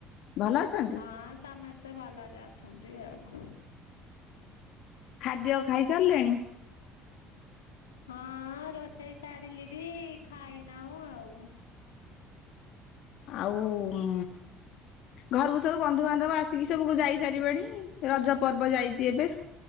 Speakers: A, on the left; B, on the left.
A: ଭଲ ଅଛନ୍ତି?
B: ହଁ ସମସ୍ତେ ଭଲରେ ଅଛନ୍ତି ଆଉ।
A: ଖାଦ୍ୟ ଖାଇ ସାରିଲେଣି।
B: ହଁ ରୋଷେଇ ସାରିଲିଡି ଖାଇନାଉ ଆଉ।
A: ଆଉ ଉଁ ଘରକୁ ସବୁ ବନ୍ଧୁବାନ୍ଧବ ଆସ ଆସିକି ସବୁକୁୁ ଯାଇ ସାରିବେଣି ରଜ ପର୍ବ ଯାଇଛି ଏବେ।